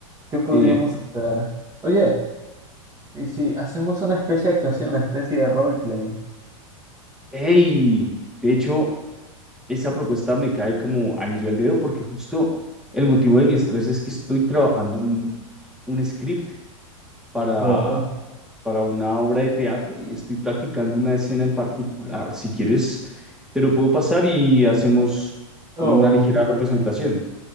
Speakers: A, on the right; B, in the centre.
A: ¿qué podríamos
B: Eh,
A: hacer? Oye, ¿y si hacemos una especie de actuación, una especie de roleplay?
B: hey, de hecho, esa propuesta me cae como anillo al dedo porque justo el motivo de mi estrés es que estoy trabajando en un script para,
A: Oh,
B: para una obra de teatro y estoy practicando una escena en particular. Si quieres, te lo puedo pasar y hacemos
A: oh,
B: una ligera
A: ok,
B: representación.
A: ok.